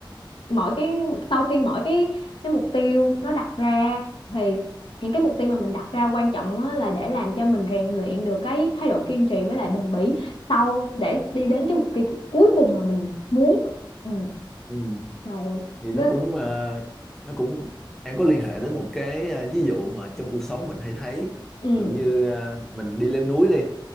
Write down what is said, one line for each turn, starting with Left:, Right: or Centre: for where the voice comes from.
Left: mỗi cái sau khi mỗi cái cái mục tiêu nó đặt ra thì những cái mục tiêu mà mình đặt ra quan trọng á, là để làm cho mình rèn luyện được cái thái độ kiên trì với lại bền bỉ sau để đi đến cái mục tiêu cuối cùng mà mình muốn ừ
Centre: Ừ.
Left: rồi
Centre: thì
Left: với
Centre: nó cũng
Left: là
Centre: ờ, nó cũng em có liên hệ đến một cái ờ, ví dụ mà trong cuộc sống mình hay thấy ví
Left: ừ
Centre: dụ như ờ, mình đi leo núi đi